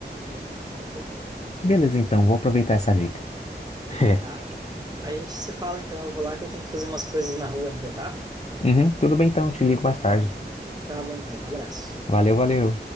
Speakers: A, on the right (about 25°); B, on the left (about 40°).
A: Bem, bem tranquilo,
B: Beleza, então, vou aproveitar essa dica. <laughs>
A: tá? A gente se fala, então, eu vou lá que eu tenho que fazer umas coisas na rua ainda, tá?
B: Uhum, tudo bem então, te ligo mais tarde.
A: Tá bom, então, Um abraço.
B: Valeu, valeu.